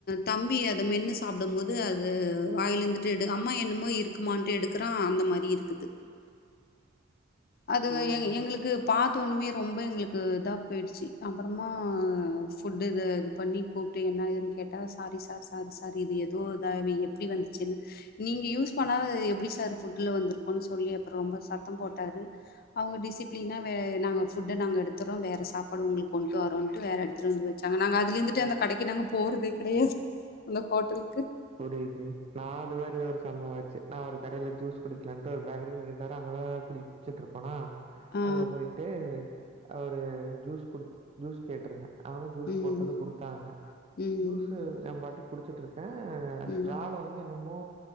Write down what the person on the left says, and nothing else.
தம்பி அத மென்னு சாப்பிடும் போது அது வாயில இருந்துட்டு எடு அம்மா என்னமோ இருக்குமான்ட்டு எடுக்கறான் அந்த மாரி இருக்குது அது
எ எங்களுக்கு பாத்து ஒண்ணுமே ரொம்ப எங்களுக்கு இதா போயிடுச்சு அப்பறமா ஃபுட்டு இத இது பண்ணி கூப்ட்டு என்ன இதுன்னு கேட்டா சாரி சார் சாரி சார் இது ஏதோ இதா எப்டி வந்துச்சுன்னு நீங்க யூஸ் பண்ணாத எப்டி சார் ஃபுட்டுல வந்திருக்கோன்னு சொல்லி அப்புறம் ரொம்ப சத்தம் போட்டாரு அவங்க டிசிப்ளனா
வே நாங்க ஃபுட்ட நாங்க எடுத்துறோ வேற சாப்பாடு உங்களுக்கு கொண்டு வரோன்ட்டு வேற எடுத் எடுத்துட்டுவந்து வச்சாங்க நாங்க அதுல இருந்துட்டு அந்த கடைக்கு நாங்க போறதே கெடையாது அந்த ஹோட்டல்
ஆ
ம்
ம்
ம்